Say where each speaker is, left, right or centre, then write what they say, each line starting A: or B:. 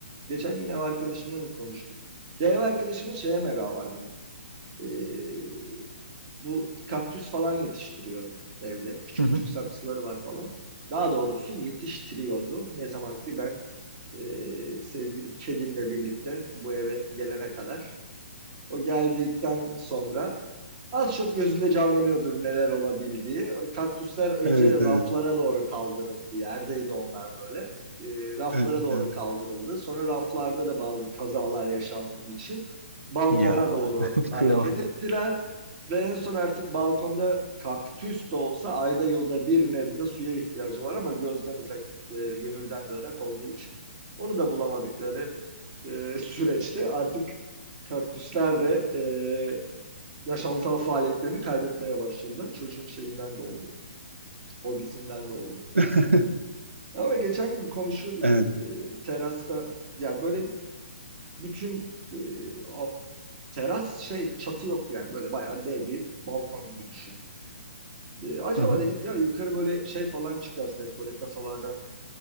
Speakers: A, on the right (about 35°); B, on the right (about 85°).
A: Geçen gün ev arkadaşımla da konuştuk. Ya ev arkadaşımın şeye merakı var benim. Ee, bu kaktüs falan yetiştiriyor evde. Küçük
B: Hı hı.
A: küçük saksıları var falan. Daha doğrusu yetiştiriyordu. Ne zaman ki ben ee, sevgili kedimle birlikte bu eve gelene kadar. O geldikten sonra az çok gözünde canlanıyordur neler olabildiği. Kaktüsler önce
B: Evet
A: raflara
B: evet.
A: doğru kaldırıldı. Yerdeydi onlar böyle. Ee, raflara
B: Evet.
A: doğru
B: evet.
A: kaldırıldı. Sonra raflarda da bazı kazalar yaşandığı için balkona
B: Ya.
A: doğru
B: ben <laughs>
A: hareket
B: Kıyamam.
A: ettiler. Ve en son artık balkonda kaktüs de olsa ayda yılda bir nebze suya ihtiyacı var ama gözden uzak, e, gönülden de ırak olduğu için onu da bulamadıkları e, süreçte artık kaktüsler de e, yaşamsal faaliyetlerini kaybetmeye başladılar. Çocuğun şeyinden de oldu, hobisinden de oldu.
B: <laughs>
A: Ama geçen gün konuşuyorduk
B: Evet.
A: e, terasta. Ya böyle bütün e, a- teras şey çatı yok yani böyle bayağı dev bir balkon gibi düşün. E, acaba
B: Hı hı.
A: dedik ya yukarı böyle şey falan çıkarsak böyle kasalardan